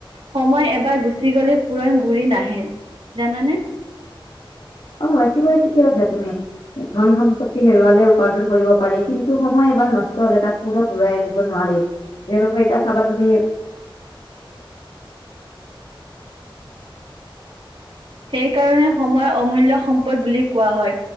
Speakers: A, on the right; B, on the left.
A: সময় এবাৰ গুচি গলে, পূৰণ ঘূৰি নাহে। জানানে?
B: অ' একেবাৰে ঠিকে কৈছা তুমি। ধন-সম্পত্তি হেৰুৱালে উপাৰ্জন কৰিব পাৰি, কিন্তু সময় এবাৰ নষ্ট হলে তাক পুনৰ ঘূৰাই আনিব নোৱাৰি। যেনেকৈ এতিয়া চাবা তুমি
A: সেইকাৰণে সময় অমূল্য সম্পদ বুলি কোৱা হয়।